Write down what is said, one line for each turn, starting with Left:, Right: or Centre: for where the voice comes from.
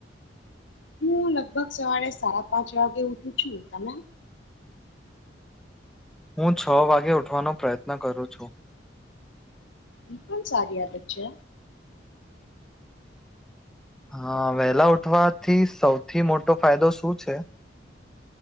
Left: હું લગભગ સવારે સાડા પાંચ વાગે ઉઠું છું તમે
Centre: હું છ વાગે ઉઠવાનો પ્રયત્ન કરું છું
Left: ઈ પણ સારી વાત જ છે
Centre: હા વેલા ઉઠવાથી સૌથી મોટો ફાયદો શું છે?